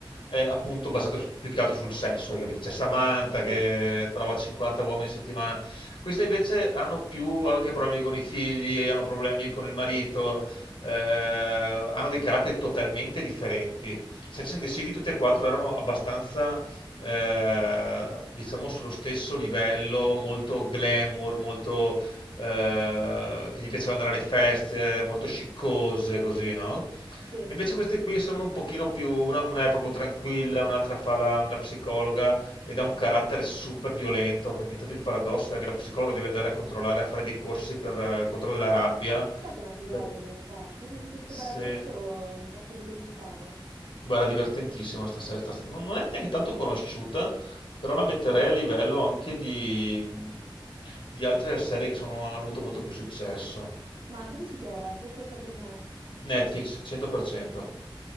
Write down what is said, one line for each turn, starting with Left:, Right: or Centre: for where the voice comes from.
Left: è appunto basato su- più che altro sul sesso, hai capito? C'è Samantha
Right: Sì,
Left: che trova 50 uomini a settimana. Queste invece hanno più anche problemi con i figli, hanno problemi con il marito, eh, hanno dei caratteri totalmente differenti. Sex and the City tutte e quattro erano abbastanza, eh, diciamo, sullo stesso livello, molto glamour, molto... eh, che gli piaceva andare alle feste, molto sciccose, così, no?
Right: sì,
Left: Invece queste qui sono un pochino più, una, una è proprio tranquilla, un'altra fa la, la psicologa ed ha un carattere super violento, quindi infatti il paradosso è che la psicologa deve andare a controllare, a fare dei corsi per eh, il controllo della rabbia,
Right: ma sai che è una figata
Left: perché
Right: in realtà? Proprio in questo
Left: se...
Right: paradosso un sacco di comicità, no?
Left: Guarda, divertentissima sta serie, sta- non non è neanche tanto conosciuta, però la metterei a livello anche di, di altre serie che sono- hanno avuto molto più successo.
Right: Ma dove si trova? Che piattaforma è?
Left: Netflix, 100%.